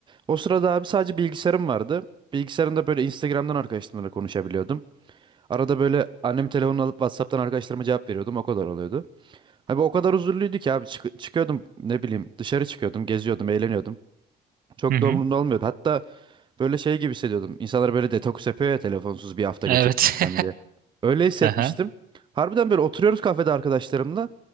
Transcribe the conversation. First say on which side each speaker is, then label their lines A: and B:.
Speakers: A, on the right (about 30°); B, on the right (about 60°).
A: O sırada abi sadece bilgisayarım vardı. Bilgisayarımda böyle Instagram'dan arkadaşlarımla konuşabiliyordum. Arada böyle annem telefonunu alıp WhatsApp'tan arkadaşlarıma cevap veriyordum. O kadar oluyordu. Abi o kadar huzurluydu ki abi çık- çıkıyordum ne bileyim dışarı çıkıyordum, geziyordum, eğleniyordum. Çok
B: Evet.
A: da
B: Hı hı.
A: umurumda olmuyordu. Hatta Böyle şey gibi hissediyordum. İnsanlar böyle detoks yapıyor ya telefonsuz bir hafta
B: Evet.
A: geçirmekten
B: <laughs>
A: diye. Öyle hissetmiştim.
B: Aha.
A: Harbiden böyle oturuyoruz kafede arkadaşlarımla.